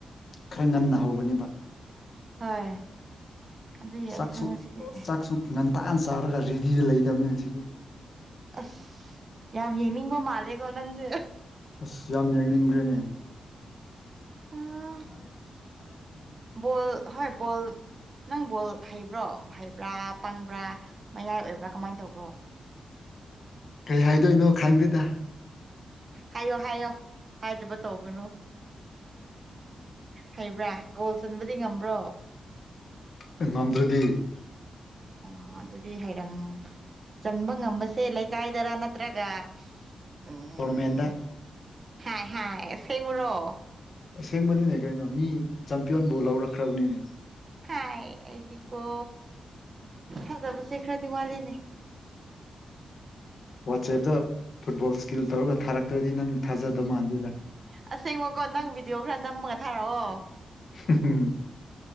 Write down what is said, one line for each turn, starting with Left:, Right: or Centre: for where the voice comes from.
Left: ꯈꯔ ꯉꯟꯅ ꯍꯧꯒꯅꯤꯕ
Right: ꯍꯣꯏ ꯑꯗꯨꯏ
Left: ꯆꯥꯛꯁꯨ
Right: ꯑꯩꯁꯨ ꯉꯁꯤꯗꯤ
Left: ꯆꯥꯛꯁꯨ ꯉꯟꯇꯥꯅ ꯆꯥꯔꯒ ꯔꯤꯗꯤ ꯂꯩꯗꯝꯅꯦ ꯍꯧꯖꯤꯛꯇꯤ
Right: ꯑꯁ ꯌꯥꯝ ꯌꯦꯡꯅꯤꯡꯕ ꯃꯥꯂꯦꯀꯣ ꯅꯪꯁꯦ
Left: ꯑꯁ ꯌꯥꯝ ꯌꯦꯡꯅꯤꯡꯈ꯭ꯔꯦꯅꯦ
Right: ꯎꯝ
Left: <unintelligible>
Right: ꯕꯣꯜ ꯍꯣꯏ ꯕꯣꯜ ꯅꯪ ꯕꯣꯜ ꯍꯩꯕ꯭ꯔꯣ ꯍꯩꯕ꯭ꯔꯥ ꯄꯪꯕ꯭ꯔꯥ ꯃꯌꯥꯏ ꯑꯣꯏꯕ꯭ꯔꯥ ꯀꯃꯥꯏ ꯇꯧꯕ꯭ꯔꯣ?
Left: ꯀꯩ ꯍꯥꯏꯗꯣꯏꯅꯣ ꯈꯪꯗꯦꯗ
Right: ꯍꯥꯏꯌꯣ ꯍꯥꯏꯌꯣ ꯍꯥꯏꯗꯕ ꯇꯧꯒꯅꯨ꯫ ꯍꯩꯕ꯭ꯔꯥ ꯒꯣꯜ ꯆꯟꯕꯗꯤ ꯉꯝꯕ꯭ꯔꯣ?
Left: ꯑꯦ ꯉꯝꯗ꯭ꯔꯗꯤ
Right: ꯑꯣ ꯑꯗꯨꯗꯤ ꯍꯩꯔꯝ ꯆꯟꯕ ꯉꯝꯕꯁꯦ ꯂꯩꯀꯥꯏꯗꯔ ꯅꯠꯇ꯭ꯔꯒ ꯎꯝ
Left: ꯇꯣꯔꯃꯦꯟꯗ
Right: ꯍꯥꯏ ꯍꯥꯏ ꯑꯁꯦꯡꯕꯔꯣ?
Left: ꯑꯁꯦꯡꯕꯅꯤꯅꯦ ꯀꯩꯅꯣ ꯃꯤ ꯆꯦꯝꯄꯤꯌꯟꯕꯨ ꯂꯧꯔꯛꯈ꯭ꯔꯕꯅꯤꯅꯦ
Right: ꯍꯥꯏ ꯑꯩꯗꯤꯀꯣ ꯊꯥꯖꯕꯁꯦ ꯈꯔꯗꯤ ꯋꯥꯠꯂꯦꯅꯦ꯫
Left: ꯋꯥꯆꯦꯞꯇ ꯐꯨꯠꯕꯣꯜ ꯏꯁꯀꯤꯜ ꯇꯧꯔꯒ ꯊꯥꯔꯛꯇ꯭ꯔꯗꯤ ꯅꯪ ꯊꯥꯖꯗꯧ ꯃꯥꯟꯗꯦꯗ
Right: ꯑꯁꯦꯡꯕꯀꯣ ꯅꯪ ꯚꯤꯗꯤꯑꯣ ꯈꯔ ꯅꯝꯃꯒ ꯊꯥꯔꯛꯑꯣ
Left: ꯍꯨꯝ ꯎꯝ